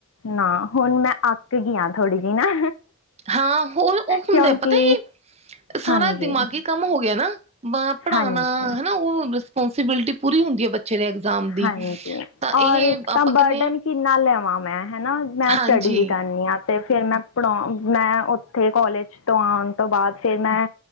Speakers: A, on the left; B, on the right.
A: ਨਾ ਹੁਣ ਮੈਂ ਅੱਕ ਗਈ ਆ ਥੋੜ੍ਹੀ ਜਿਹੀ ਨਾ।
B: ਹਾਂ ਉਹ ਉਹ ਹੁੰਦਾ
A: ਕਿਉਂਕਿ
B: ਪਤਾ ਹੀ ਸਾਰਾ
A: ਹਾਂਜੀ
B: ਦਿਮਾਗੀ ਕੰਮ ਹੋ ਗਿਆ ਨਾ ਪੜ੍ਹਾਉਣਾ
A: ਹਾਂਜੀ
B: ਹਨਾ ਉਹ ਰਿਸਪੋਂਸੀਬਿਲਿਟੀ ਪੂਰੀ ਹੁੰਦੀ ਹੈ ਬੱਚੇ ਦੇ ਇਗਜ਼ਾਮ ਦੀ।
A: ਹਾਂਜੀ
B: ਤਾਂ
A: ਔਰ
B: ਇਹ
A: ਇੱਕ
B: ਆਪਾਂ
A: ਤਾਂ
B: ਕਹਿੰਦੇ
A: ਬਰਡਨ
B: ਹਾਂ
A: ਕਿੰਨਾ ਲੈਵਾਂ ਮੈਂ ਹਣਾ ਮੈਂ ਸਟੱਡੀ
B: ਹਾਂਜੀ
A: ਵੀ ਕਰਨੀ ਆ ਤੇ ਫਿਰ ਮੈਂ ਪੜ੍ਹਾ ਮੈਂ ਉੱਥੇ ਕਾਲਜ ਤੋਂ ਆਉਣ ਤੋਂ ਬਾਅਦ ਫੇਰ ਮੈਂ